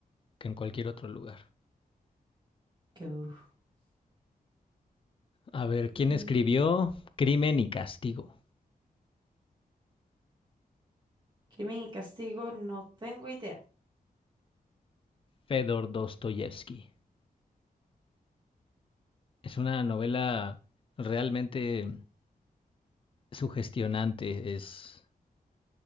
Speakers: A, on the left; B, on the right.
A: que en cualquier otro lugar.
B: Qué duro.
A: A ver,
B: Y,
A: ¿quién escribió Crimen y Castigo?
B: Crimen y castigo, no tengo idea.
A: Fedor Dostoyevsky. Es una novela realmente sugestionante, es,